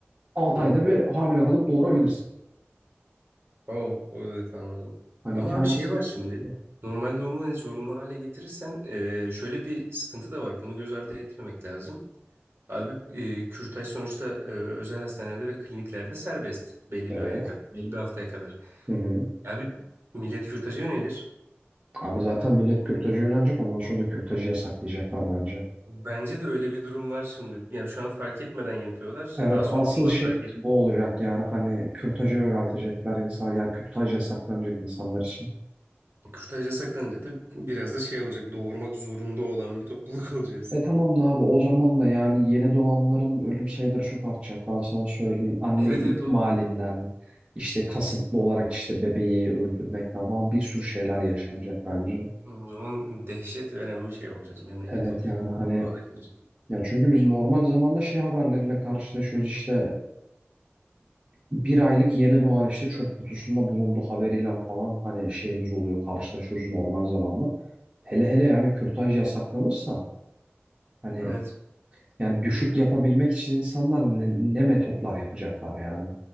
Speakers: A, on the right; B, on the right.
A: 6
B: Hı
A: ayda
B: hı.
A: bir hamile kalıp doğurabilirsin.
B: Oh, evet anladım.
A: Hani
B: Ama
A: kendisi
B: abi şey var şimdi.
A: Hı.
B: Normal doğumu hani zorunlu hale getirirsen e, şöyle bir sıkıntı da var. Bunu göz ardı etmemek lazım. Abi e, kürtaj sonuçta e, özel hastanelerde ve kliniklerde serbest belli
A: Evet.
B: bir aya kadar, belli bir haftaya kadar.
A: Hı hı.
B: Abi millet kürtaja yönelir.
A: Abi zaten millet kürtaja yönelecek ondan sonra da kürtajı yasaklayacaklar bence.
B: Bence de öyle bir durum var şimdi. Ya şu an fark etmeden yapıyorlar.
A: Evet
B: Daha sonra
A: asıl
B: bunu
A: şeyimiz
B: da fark edip
A: bu olacak yani hani kürtaja yöneltecekler insan yani kürtaj yasaklanacak insanlar için.
B: kürtaja saklanınca da biraz da şey olacak. Doğurmak zorunda olan bir topluluk <laughs> olacağız.
A: E tamam da abi o zaman da yani yeni doğanların ölüm sayıları çok artacak ben sana söyleyeyim. Anne
B: Evet
A: ihmalinden
B: evet o
A: işte kasıtlı olarak işte bebeği öldürmekten falan bir sürü şeyler yaşanacak bence.
B: O zaman dehşet veren bir şey olacağız. Memleket
A: Evet
B: olacağız.
A: yani hani
B: Duvara kalırız.
A: ya çünkü biz normal zamanda şey haberleriyle karşılaşıyoruz işte e, bir aylık yeni doğan işte çöp kutusunda bulundu haberiyle falan hani şeyimiz oluyor karşılaşıyoruz normal zamanda. Hele hele yani kürtaj yasaklanırsa hani
B: Evet.
A: Yani düşük yapabilmek için insanlar ne, ne metotlar yapacaklar yani.